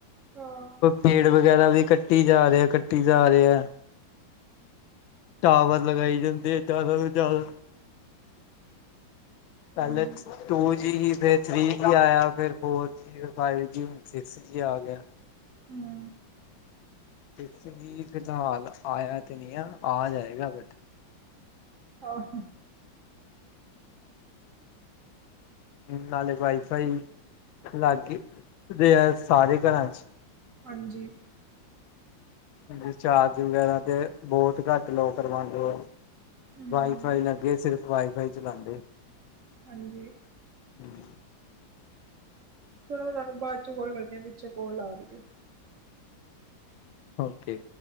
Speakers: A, on the right; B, on the left.
A: ਹਾਂ
B: ਪੇੜ ਵਗੈਰਾ ਵੀ ਕੱਟੀ ਜਾ ਰਹੇ ਐ, ਕੱਟੀ ਜਾ ਰਹੇ ਐ। ਟਾਵਰ ਲਗਾਈ ਜਾਂਦੇ ਹੈ ਜ਼ਿਆਦਾ ਤੋਂ ਜ਼ਿਆਦਾ
A: ਹਾਂਜੀ
B: ਪੈਲੇਸ ਟੂ ਜੀ ਸੀ, ਫੇਰ ਥ੍ਰਰੀ ਜੀ ਆਇਆ, ਫਿਰ ਫੋਰ ਜੀ ਫੇਰ ਫਾਈਵ ਜੀ ਸਿਕਸ ਜੀ ਆ ਗਿਆ।
A: ਹੂ
B: ਸਿਕਸ ਜੀ, ਫਿਲਹਾਲ ਆਇਆ ਤੇ ਨਹੀਂ ਐ, ਆ ਜਾਏਗਾ ਬਟ।
A: ਆਹ
B: ਨਾਲੇ ਵਾਈ ਫਾਈ ਲਾਗ ਗੀ, ਇਥੇ ਐ ਸਾਰੇ ਘਰਾਂ ਚ।
A: ਹਾਂਜੀ।
B: ਰਿਚਾਰਜ ਵਗੈਰਾ ਤੇ ਬਹੁਤ ਘੱਟ ਲੋਗ ਕਰਵਾਂਦੇ ਐ
A: ਹਮ
B: ਵਾਈਫਾਈ ਲੱਗੇ, ਸਿਰਫ ਵਾਈਫਾਈ ਚਲਾਉਂਦੇ।
A: ਹਾਂਜੀ।
B: ਹਮ <inaudible>
A: ਚਲੋ ਮੈਂ ਤੁਹਾਨੂੰ ਬਾਅਦ ਚੋਂ ਕੋੋਲ ਕਰਦੀ ਹਾਂ, ਪਿਛੇ ਕੋਲ ਆ ਰਹੀ ਹੈ।
B: ਓਕੇ।